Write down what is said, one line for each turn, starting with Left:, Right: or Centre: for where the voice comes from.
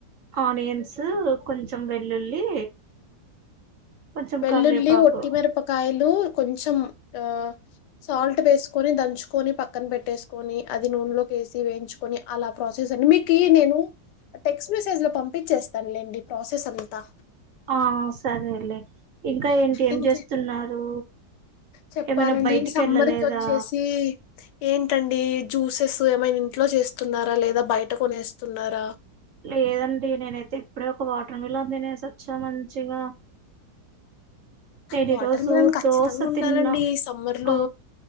Right: ఆనియన్స్ కొంచెం వెల్లుల్లి కొంచెం
Left: వెల్లుల్లి
Right: కరివేపాకు
Left: ఒట్టి మిరపకాయలు కొంచ్ తం ఆ సాల్ట్ వేసుకొని దంచుకొని పక్కన పెట్టేస్ ని అది నూనె లోకేసి వేయించుకొని అలా ప్రాసెస్ అండి మీకు నేను టెక్స్ట్ మెసేజ్ లో పమ్ పంపించేస్తాన్ లేండి ప్రాసెస్ అంతా
Right: ఆ సరేలే ఇంకా ఏంటి ఏం
Left: ఇంకే
Right: చేస్తున్నారు
Left: చెప్పాలండి
Right: ఏమైనా బయటికి
Left: సమ్మర్కి
Right: వెళ్ళలేదా
Left: వచ్చేసి ఏంటండి జ్యూసెస్ ఏమైనా ఇంట్లో జేస్తున్నారా లేదా బయట కొనేస్తున్నారా
Right: లేదండి నేనైతే ఇప్పుడే ఒక వాటర్ మిలన్ దినేసా చ మంచిగా నేను
Left: వాటర్
Right: ఈరోజు
Left: మిలన్ ఖచ్చితంగా
Right: దోశ
Left: ఉండాలండి
Right: తిన్నా
Left: సమ్మర్ లో
Right: ఆ